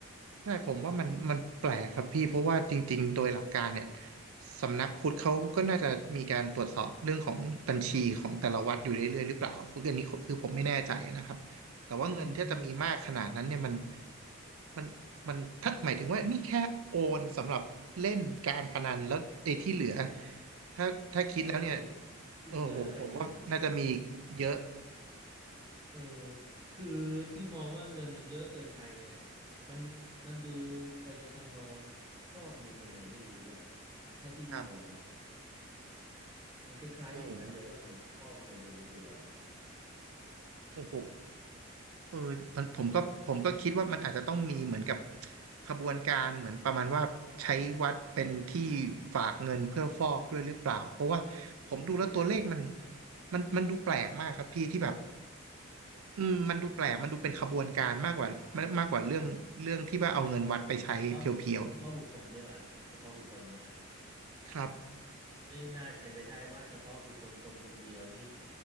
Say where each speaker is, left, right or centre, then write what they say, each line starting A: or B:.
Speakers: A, on the right; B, on the right.
A: ใช่ผมว่ามันมันแปลกครับพี่เพราะว่าจริงๆโดยหลักการเนี่ยสำนักพุทธเขาก็น่าจะมีการตรวจสอบเรื่องของบัญชีของแต่ละวัดอยู่เรื่อยๆหรือเปล่าคืออันนี้คือผมไม่แน่ใจนะครับแต่ว่าเงินที่จะมีมากขนาดนั้นเนี่ยมัน
B: อืมอืม
A: มันมันถ้าหมายถึงว่านี่แค่โอนสำหรับเล่นการพนันแล้วไอ้ที่เหลือถ้าถ้าคิดแล้วเนี่ย
B: เออเกิดอะไรขึ้นอ่ะเออ
A: โอ้โหผมว่าน่าจะมีเยอะ
B: เออคือพี่มองว่าเงินมันเยอะเกินไปไงมันมันดูไปในทำนองฟอกเงินยังไงไม่รู้อะเท่าที่พี่มองนะ
A: ครับ
B: มันคล้ายๆอย่างนั้นเลยว่าเหมือนฟอกเงินไปในตัว
A: โอ้โหโอ้โห เออมันผมก็ผมก็คิดว่ามันอาจจะต้องมีเหมือนกับขบวนการเหมือนประมาณว่าใช้วัดเป็นที่ฝากเงินเพื่อฟอกด้วยหรือเปล่าเพราะว่าผมดูแล้วตัวเลขมัน
B: เป็นไปได้นะ
A: มันมันดูแปลกมากครับพี่ที่แบบอืมมันดูแปลกมันดูเป็นขบวนการมากกว่ามากมากกว่าเรื่องเรื่องที่ว่าเอาเงินวัดไปใช้เพียว
B: เฉพาะเฉพาะบุคคลใช่ป่ะเฉพาะบุคคลใช่ไหม
A: ๆครับ
B: มันไม่น่าเป็นไปได้ว่าเฉพาะบุคคลคนคนเดียวนี่